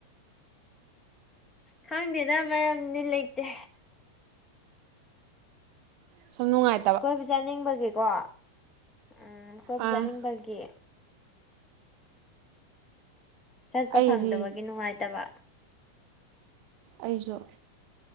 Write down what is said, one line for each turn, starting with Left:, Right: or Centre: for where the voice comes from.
Left: ꯈꯪꯗꯦꯗ ꯃꯔꯝꯗꯤ ꯂꯩꯇꯦ꯫
Right: ꯁꯨꯝ ꯅꯨꯡꯉꯥꯏ
Left: ꯀꯣꯏꯕ ꯆꯠꯅꯤꯡꯕꯒꯤꯀꯣ ꯎꯝ ꯀꯣꯏꯕ
Right: ꯑꯥ
Left: ꯆꯠꯅꯤꯡꯕꯒꯤ꯫ ꯆꯠꯄ
Right: ꯑꯩꯗꯤ
Left: ꯐꯪꯗꯕꯒꯤ ꯅꯨꯡꯉꯥꯏꯇꯕ꯫
Right: ꯑꯩꯁꯨ